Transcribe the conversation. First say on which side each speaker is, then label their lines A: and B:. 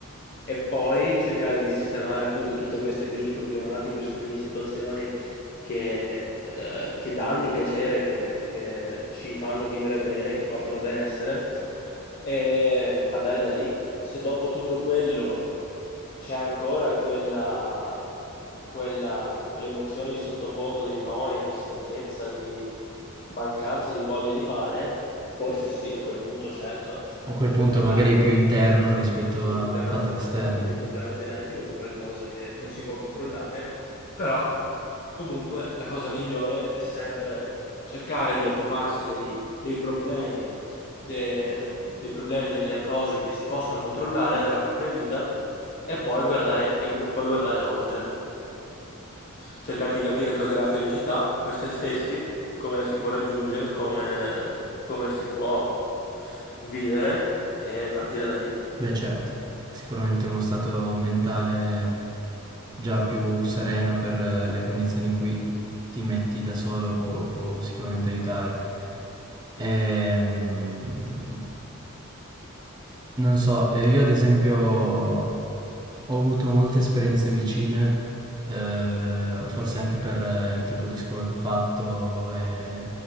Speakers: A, on the left; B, on the right.
A: e poi cercare di sistemare appunto tutte queste mini problematiche, queste mini situazioni che, eh, che danno piacere, che, che ci fanno vivere bene, che portano benessere e andare da lì se dopo tutto quello c'è ancora quella, quella, quell'emozione di sottofondo, di noia, di stanchezza, di mancanza di voglia di fare, forse sì, a quel punto certo si
B: A quel
A: si
B: punto
A: può parlare
B: magari è
A: di,
B: più interno rispetto
A: di
B: a
A: un problema,
B: fattori esterni.
A: esatto, di un problema genetico, di qualcosa che non si può controllare, però comunque la cosa migliore è sempre cercare di occuparsi dei, dei problemi de- dei problemi, delle cose che si possono controllare nella propria vita e poi guardare, e gu- poi guardare oltre. Cercare di capire cos'è la felicità per se stessi, come la si può raggiungere, come, come si può vivere e partire da lì.
B: Beh, certo, sicuramente uno stato mentale già più sereno per eh, le condizioni in cui ti metti da solo può, può sicuramente aiutare. Ehm, non so, eh, io ad esempio ho avuto molte esperienze vicine, eh, forse anche per eh, il tipo di scuola che ho fatto, eh,